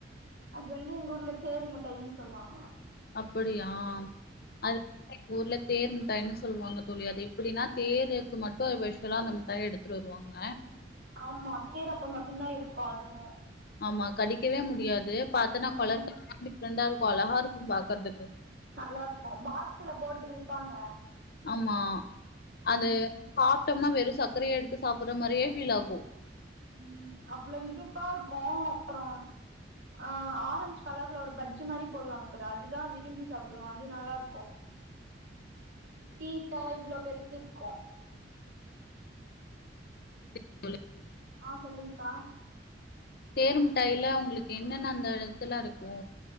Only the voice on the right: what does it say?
அது வந்து எங்க ஊர்ல சேரி முட் டைன் சொல்லுவாங்கலா
ஆமா தேனு அப்ப மட்டுந்தா இருக்கு அதுவு
ம்
நல்லா இருக்கு பாக்ஸ்ல போட்டு விப்பாங்க
ம்
ம் அவ்ள இனிப்பா இருக்க அப்றம் ஆ ஆரஞ்ச் கலர்ல ஒரு பஜ்ஜி மாரி போடுவாங்க பாரு அதுதா விரும்பி சாப்டுவ அது நல்லா இருக்கு டீட்டா இவ்ள பெருசு இருக்கு
ஆ சொல்லுங்க்கா